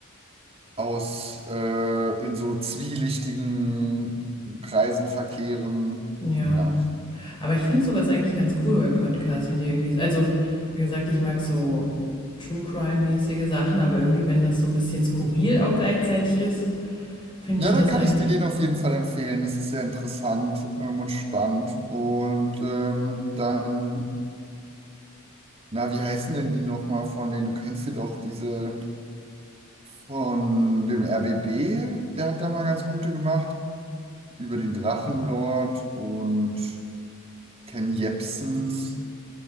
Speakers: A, on the right; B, on the left.
A: aus äh, in so zwielichtigen Kreisen verkehren.
B: Ja.
A: Ja.
B: Aber ich finde sowas eigentlich ganz cool bei Podcasts, wenn die irgendwie, also wie gesagt, ich mag so True Crime-mäßige Sachen, aber irgendwie, wenn das so ein bisschen skurril auch gleichzeitig ist, finde
A: Ja,
B: ich das
A: da kann
B: eigentlich.
A: ich dir den auf jeden Fall empfehlen. Das ist sehr interessant ähm, und spannend. Und ähm, dann, na, wie heißen denn die nochmal von denen? Du kennst sie doch, diese von dem RBB, der hat da mal ganz gute gemacht. Über den Drachenlord und Ken Jebsen.